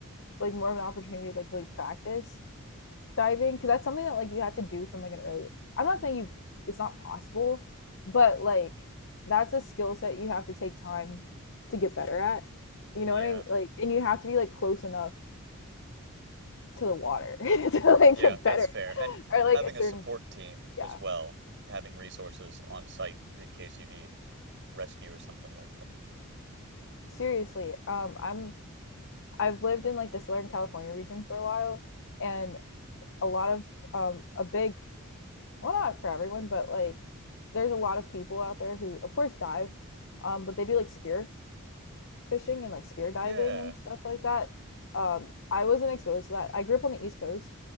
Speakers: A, on the left; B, on the right.
A: like more of an opportunity to like really practice diving, because that's something that like you had to do from like an early I'm not saying you it's not possible, but like that's a skill set you have to take time to get better at. You
B: Yeah,
A: know what I mean? Like and you have to be like close enough to the water <laughs> to like
B: yeah,
A: get
B: that's
A: better
B: fair. And
A: or
B: having
A: like a certain
B: a support team
A: yeah
B: as well, having resources on site in case you need rescue or something like that.
A: seriously um i'm I've lived in like the Southern California region for a while, and a lot of um, a big well, not for everyone, but like there's a lot of people out there who, of course, dive, um, but they do like spear fishing and like spear diving
B: Yeah.
A: and stuff like that. Um, I wasn't exposed to that. I grew up on the East Coast